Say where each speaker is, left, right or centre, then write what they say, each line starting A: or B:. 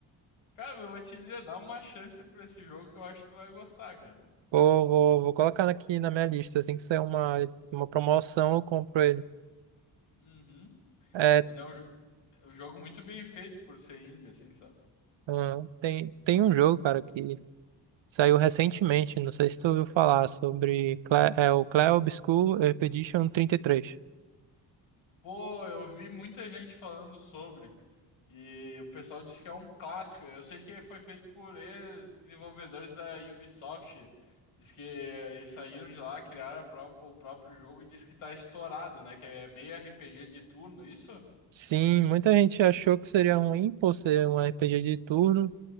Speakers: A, on the left; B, on the right.
A: Cara, eu vou te dizer, dá uma chance pra esse jogo que eu acho que tu vai gostar, cara.
B: Vou, vou, vou colocar aqui na minha lista. Assim que sair uma, uma promoção, eu compro ele.
A: Uhum.
B: É,
A: Ele é um, jo- um jogo muito bem feito por ser indie, assim, sabe?
B: hum, tem, tem um jogo, cara, que saiu recentemente. Não sei se tu ouviu falar sobre Cla- é, o Clair Obscur Expedition trinta e três
A: Pô, eu vi muita gente falando sobre. E o pessoal diz que é um clássico. Eu sei que foi feito por ex-desenvolvedores da Ubisoft. Diz que eles saíram de lá, criaram a pró- o próprio jogo e diz que tá estourado, né? Que é meio RPG de turno, isso?
B: Sim, muita gente achou que seria ruim por ser um RPG de turno.